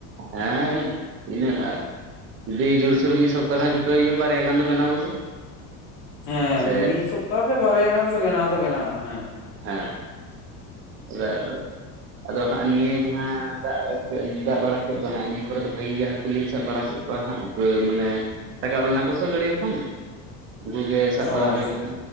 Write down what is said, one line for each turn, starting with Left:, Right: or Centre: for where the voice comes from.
Right: ᱦᱮᱸ ᱛᱤᱱᱟᱹᱜ ᱟᱨ ᱡᱩᱫᱤ ᱡᱩᱨᱥᱩᱨ ᱢᱤᱫ ᱥᱚᱯᱛᱟ ᱜᱟᱱ ᱪᱷᱩᱴᱟᱹᱣ ᱦᱩᱭᱩᱜᱼᱟ ᱵᱟᱨᱭᱟ ᱜᱟᱱ ᱫᱚ ᱵᱮᱱᱟᱣ ᱜᱚᱫᱚᱜᱼᱟ᱾
Left: ᱦᱮᱸ
Right: ᱥᱮ
Left: ᱢᱤᱫ ᱥᱚᱯᱛᱟ ᱛᱮ ᱵᱟᱨᱭᱟ ᱜᱟᱱ ᱫᱚ ᱵᱮᱱᱟᱣ ᱫᱚ ᱵᱮᱱᱟᱜᱼᱟ ᱦᱮᱸ᱾
Right: ᱦᱮᱸ, <unintelligible> ᱟᱫᱚ ᱦᱟᱸᱜ ᱱᱤᱭᱟᱹ ᱡᱟᱦᱟᱸ ᱫᱟᱜᱽ ᱫᱟᱜᱽ ᱵᱟᱲᱟ ᱠᱮᱫ ᱫᱚ ᱦᱟᱸᱜ ᱱᱤᱭᱟᱹ ᱠᱚᱨᱮ ᱫᱚ ᱵᱷᱟᱹᱜᱤ ᱜᱮ ᱦᱟᱹᱠᱩ ᱞᱤᱧ ᱥᱟᱵ ᱵᱟᱲᱟ ᱠᱮᱫ ᱦᱳᱭ ᱦᱟᱸᱜ ᱦᱳᱭ ᱢᱟᱱᱮ ᱨᱟᱠᱟᱵ ᱞᱮᱱᱟ ᱠᱚ ᱛᱚ ᱜᱟᱹᱰᱭᱟᱹ ᱠᱷᱚᱱ᱾ ᱟᱹᱰᱤ ᱜᱮ ᱥᱟᱵ
Left: ᱚ
Right: ᱵᱟᱲᱟ ᱦᱩᱭ ᱞᱮᱱᱟ,